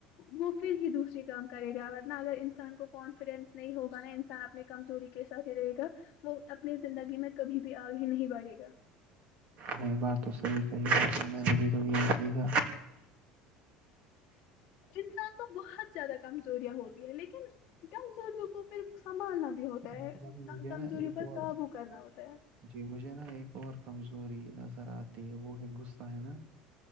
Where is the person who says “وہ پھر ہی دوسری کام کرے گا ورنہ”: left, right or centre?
Left